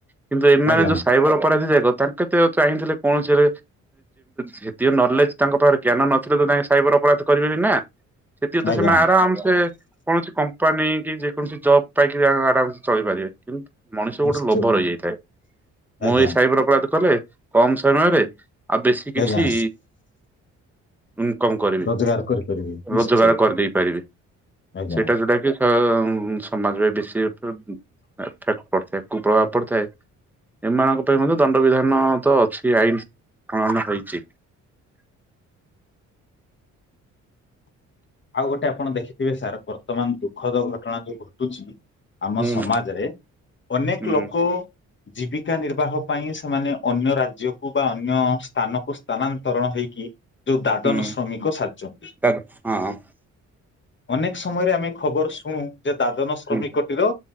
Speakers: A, in the centre; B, on the left (about 40°).
A: କିନ୍ତୁ ଏମାନେ
B: ଆଜ୍ଞା
A: ଯୋଉ ସାଇବର ଅପରାଧୀ ଯେ ତାଙ୍କେ ତ ଚାହିଁଥିଲେ କୌଣସିଦ ସେତି ନଲେଜ ତାଙ୍କ ପାଖରେ ଜ୍ଞାନ ନଥିଲେ ତ ତାଙ୍କ ସାଇବର ଅପରାଧ କରିବେନି ନା। ସେଥିପାଇଁ ତ
B: ଆଜ୍ଞା
A: ସେମାନେ ଆରାମ ସେ କୌଣସି କ ନେଇକି ଯେକୌଣସି ଜବ୍ ପାଇକି ଆରାମସେ ଚଳିପାରିବେ। କିନ୍ତୁ ମଣିଷ
B: ନିଶ୍ଚୟ
A: ଗୋଟେ ଲୋଭ ରହିଯାଇଥାଏ।
B: ଆଜ୍ଞା
A: ମୁଁ ଏଇ ସାଇବର ଅପରାଧ କଲେ କମ୍ ସମୟରେ ଆଉ ବେଶୀ କିଛି
B: ଆଜ୍ଞା
A: ଇନକମ କରିବି।
B: ରୋଜଗାର କରିପାରିବି। ନିଶ୍ଚୟ
A: ରୋଜଗାର କରିଦେଇ ପାରିବି।
B: ଆଜ୍ଞା
A: ସେଇଟା ଯଉଟା କି ସ ସମାଜ ରେ ସେ ତ <unintelligible> ପଡିଥାଏ। କୁପ୍ରଭାବ ପଡିଥାଏ। ଏମାନଙ୍କ ପାଇଁ ମଧ୍ୟ ଦଣ୍ଡବିଧାନ ତ ଅଛି। ଆଇନ ପ୍ରଣୟନ ହେଇଚି।
B: ଆଉ ଗୋଟେ ଆପଣ ଦେଖିଥିବେ ସାରପ ର୍ତ୍ତମାନ ଦୁଃଖଦ ଘଟଣା ଯୋଉ ଘଟୁଚି। ଆମ
A: ହୁଁ
B: ସମାଜରେ, ଅନେକ
A: ହୁଁ
B: ଲୋକ ଜୀବିକା ନିର୍ବାହ ପାଇଁ, ସେମାନେ ଅନ୍ୟ ରାଜ୍ୟକୁ ବା ଅନ୍ୟ ସ୍ଥାନକୁ ସ୍ଥାନାନ୍ତରଣ ହେଇକି ଯୋଉ ଦାଦନ
A: ହୁଁ
B: ଶ୍ରମିକ ସାାଯିଚନ୍ତି।
A: ତା ହଁ।
B: ଅନେକ ସମୟରେ ଆମେ ଖବର ଶୁଣୁ ହୁଁ। ଯେ, ଦାଦନ ଶ୍ରମିକଟିର
A: ହୁଁ